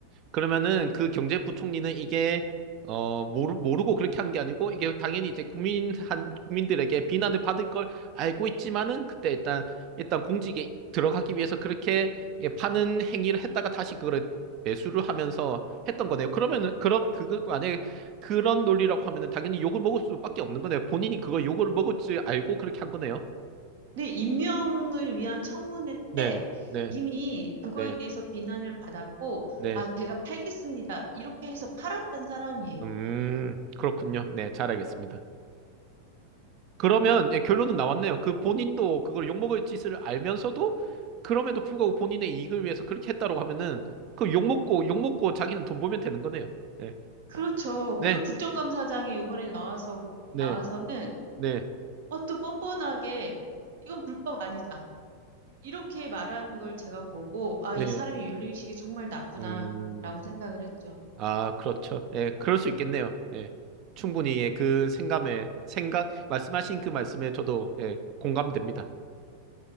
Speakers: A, on the right; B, on the right.
A: 그러면은 그 경제부총리는 이게 어 모르 모르고 그렇게 한 게 아니고 이게 당연히 이제 국민 한 국민들에게 비난을 받을 걸 알고 있지만은 그때 일단 일단 공직에 들어가기 위해서 그렇게 예, 파는 행위를 했다가 다시 그걸 매수를 하면서 했던 거네요. 그러면은 그런 그거 만약에 그런 논리라고 하면은 당연히 욕을 먹을 수밖에 없는 거네요. 본인이 그걸 욕을 먹을 줄 알고 그렇게 한 거네요.
B: 근데 임명을 위한 청문회
A: 네,
B: 때
A: 네,
B: 이미 그거에
A: 네,
B: 대해서 비난을 받았고,
A: 네.
B: 아, 제가 팔겠습니다. 이렇게 해서 팔았던 사람이에요.
A: 음, 그렇군요. 네, 잘 알겠습니다. 그러면 예, 결론은 나왔네요. 그 본인도 그걸 욕먹을 짓을 알면서도 그럼에도 불구하고 본인의 이익을 위해서 그렇게 했다라고 하면은 그 욕먹고 욕먹고 자기는 돈 벌면 되는 거네요. 네.
B: 그렇죠.
A: 네.
B: 그리고 국정감사장이 이번에 나와서,
A: 네.
B: 나와서는
A: 네.
B: 어, 또 뻔뻔하게 이건 불법 아니다. 이렇게 말하는 걸 제가 보고, 아,
A: 네.
B: 이 사람이 윤리의식이 정말 낮구나라고
A: 음.
B: 생각을 했죠.
A: 아, 그렇죠. 예, 그럴 수 있겠네요. 예. 충분히 예, 그 생감에 생각 말씀하신 그 말씀에 저도 예, 공감됩니다.